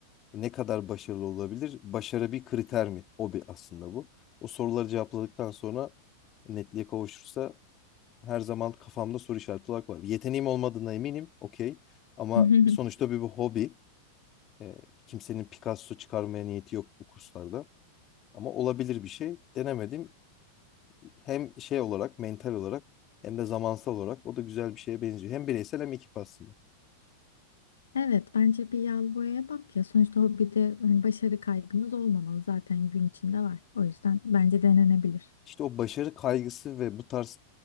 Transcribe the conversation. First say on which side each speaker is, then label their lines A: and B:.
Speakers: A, on the left; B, on the left.
A: Ne kadar başarılı olabilir? Başarı bir kriter mi? Hobi aslında bu. O soruları cevapladıktan sonra netliğe kavuşursa her zaman kafamda soru işareti olarak var. Yeteneğim olmadığına eminim. Okey. Ama
B: <laughs>
A: sonuçta bir, bir hobi. E, kimsenin Picasso çıkarmaya niyeti yok bu kurslarda. Ama olabilir bir şey. Denemedim. Hem şey olarak, mental olarak hem de zamansal olarak o da güzel bir şeye benziyor. Hem bireysel hem ekip aslında.
B: Evet, bence bir yağlı boyaya bak ya. Sonuçta hobide hani başarı kaygımız olmamalı zaten gün içinde var. O yüzden bence denenebilir.
A: İşte o başarı kaygısı ve bu tarz